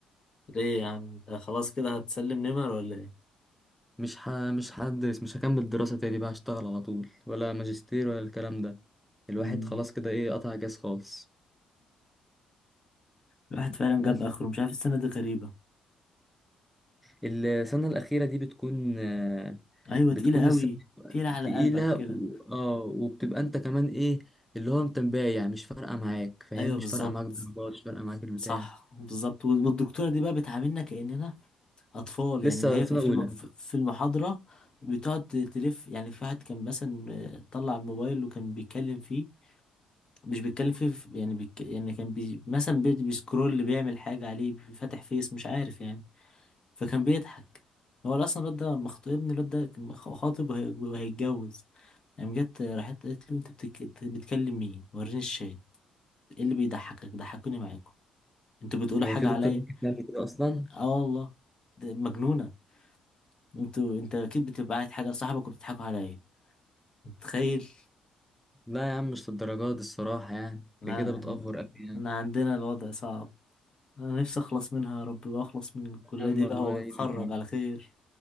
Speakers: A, on the left; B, in the centre.
A: ليه يا عم انت خلاص كده هتسلم نمر ولا ايه
B: مش ه... مش هدرس مش هكمل دراسة تاني بقى هشتغل على طول ولا ماجستير ولا الكلام ده الواحد
A: امم
B: خلاص كده إيه قطع جاز خالص
A: الواحد فعلا
B: بس
A: جاب اخره مش عارف السنه دي غريبه
B: السنة الأخيرة دي بتكون آه،
A: ايوه
B: بتكون
A: تقيله قوي
B: السنة
A: تقيله على
B: تقيلة
A: قلبك كده
B: و- اه وبتبقى أنت كمان إيه اللي هو أنت مبايع مش فارقة معاك فاهم
A: ايوه
B: مش
A: بالظبط
B: فارقة معاك الدرجات مش فارقة معاك البتاع
A: صح بالظبط وال- والدكتوره دي بقى بتعاملنا كاننا اطفال
B: لسه
A: يعني دي هي
B: في
A: في
B: سنة
A: في
B: أولى
A: الم- في- في المحاضره بتقعد تلف يعني في واحد كان مثلا آه، طلع الموبايل وكان بيتكلم فيه مش بيتكلم فيه في- يعني بيك يعني كان بي مثلا بي بيسكرول بيعمل حاجه عليه بيفتح فيس مش عارف يعني فكان بيضحك هو اصلا الواد ده مخطوب ابن الواد ده كان خاطب وهي- وهيتجوز قام جت راحت قالت له انت بتك... إنت بتكلم مين وريني الشات ايه اللي بيضحكك ضحكوني معاكم انتوا بتقولوا
B: هي
A: حاجه
B: في دكتور
A: عليا
B: ممكن تعمل كده أصلا
A: اه والله ده مجنونه انتوا انت اكيد بتبقى قاعد حاجه صاحبك وبتضحكوا عليا متخيل
B: لا يا عم مش للدرجات دي الصراحة يعني
A: انا
B: دي كده بتأفور أوي يعني
A: انا عندنا الوضع صعب انا نفسي اخلص منها يا رب بقى اخلص من الكليه
B: يا عم
A: دي
B: الله
A: بقى واتخرج
B: يعينك يا عم
A: على خير